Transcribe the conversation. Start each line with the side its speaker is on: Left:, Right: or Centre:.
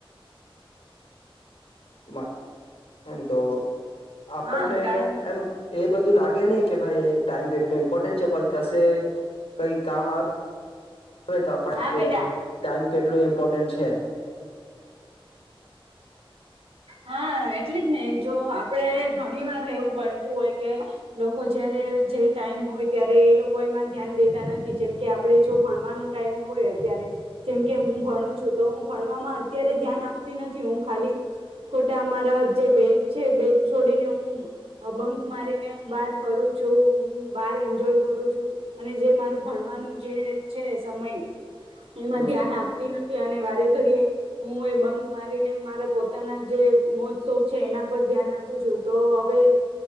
Left: <inaudible> એમ તો આપણને
Right: હા કા
Left: એમ એ બધું લાગે નહ કે ભાઈ ટાઈમ કેટલું ઇમ્પોર્ટન્ટ છે પણ કશે કઈ કામ આવે આવે તો આપ
Right: હા
Left: કે
Right: બેટા
Left: ટાઈમ કે કેટલું ઇમ્પોર્ટન્ટ છે.
Right: હા એટલે જ ને જો આપડે ઘણી વાર એવું બનતું હોય કે લોકો જયારે જે ટાઈમ હોય ત્યારે એ લોકો એમાં ધ્યાન દેતા નથી જેમ કે આપડણે જો ભણવાનું ટાઈમ હોય અત્યારે જેમ કે હું ભણું છું તો હું ભણવામાંજ અત્યારે ધ્યાન આપતી નથી હું ખાલી ખોટા અમારા જે બેચ છે બેચ છોડીને હું બંક મારીને હું બાર ફરું છું. હું બાર એન્જોય કરું છું અને જે મારું ભણવાનું જે છે સમય એમાં
Left: હમ
Right: ધ્યાન આપતી નથી. અને વારે ઘડી એ હું એ બંક મારીને મારા પોતાના જે મોજ શોખ છે એના પર ધ્યાન આપું છું તો હવે